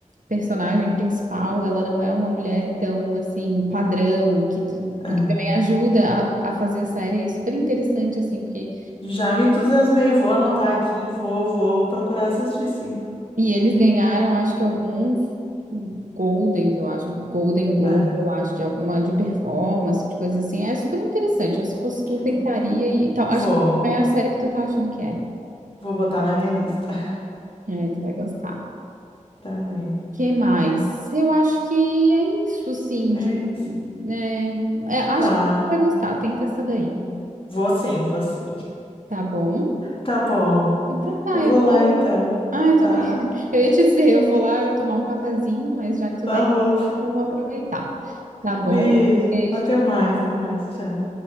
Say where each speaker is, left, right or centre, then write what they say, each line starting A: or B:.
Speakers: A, on the right; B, on the left.
A: personagem principal, ela não é uma mulher tão, assim, padrão, o que, tu-
B: Aham.
A: o que também ajuda a, a fazer a série é super interessante, assim, porque.
B: Já me entusiasmei, vou anotar aqui, vou, vou procurar assistir, sim.
A: E eles ganharam, acho que alguns Goldens, eu acho, Golden Globe,
B: Aham,
A: eu acho, de alguma, de performance, de coisa assim. É super interessante. Eu, se fosse tu,
B: que
A: tentaria
B: bom.
A: e tal. Acho
B: Vou,
A: que é a série que tu tá achando que é.
B: vou botar na minha lista. <laughs>
A: É, tu vai gostar.
B: Tá bem.
A: Que mais? Eu acho que é isso, assim,
B: É
A: de,
B: isso.
A: né? É, acho
B: Tá.
A: que você vai gostar. Tenta essa daí,
B: Vou sim, vou sim.
A: tá bom?
B: Tá bom.
A: Então tá,
B: Eu vou
A: eu vou.
B: lá então,
A: Ah, eu também.
B: tá?
A: <laughs> Eu ia te dizer, eu vou lá tomar um cafezinho, mas já que tu
B: Tá
A: vai,
B: bom.
A: eu vou aproveitar. Tá bom?
B: Beijo.
A: Beijo.
B: Até mais,
A: tchau.
B: até mais. Tchau.